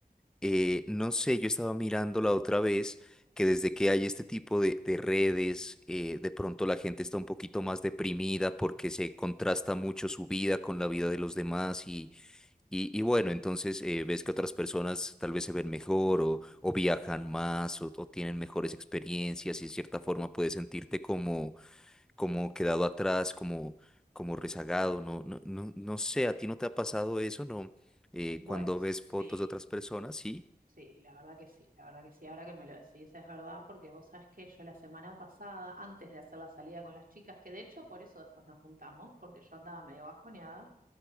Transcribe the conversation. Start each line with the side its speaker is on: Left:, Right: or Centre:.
Centre: eh, no sé, yo estaba mirando la otra vez que desde que hay este tipo de, de redes, eh, de pronto la gente está un poquito más deprimida porque se contrasta mucho su vida con la vida de los demás y, y, y bueno, entonces eh, ves que otras personas tal vez se ven mejor o, o viajan más o, o tienen mejores experiencias y de cierta forma puedes sentirte como como quedado atrás, como, como rezagado, no, no, no, no sé, ¿a ti no te ha pasado eso, no? Eh,
Right: Bueno,
Centre: cuando ves
Right: sí,
Centre: fotos de otras personas, sí.
Right: sí, la verdad que sí, la verdad que sí. Ahora que me lo decís, es verdad porque vos sabés que yo la semana pasada, antes de hacer la salida con las chicas, que de hecho por eso después nos juntamos, porque yo andaba medio bajoneada,